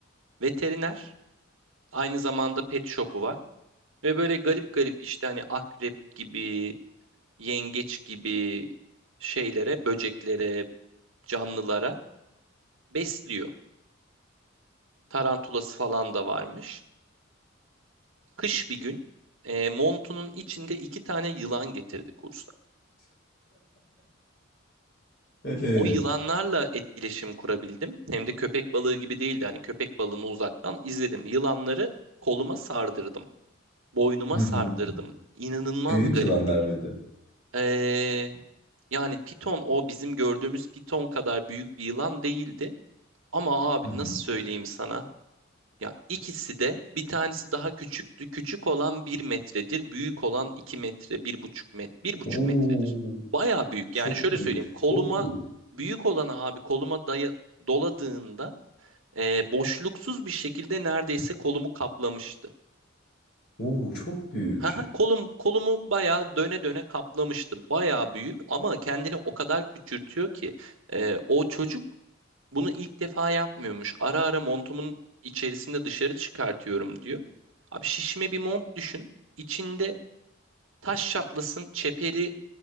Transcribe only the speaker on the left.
Ee,
<laughs>
Büyük
yılanlar
mıydı?
<laughs>
Oo,
çok
büyük,
çok büyük.
Oo, çok büyük.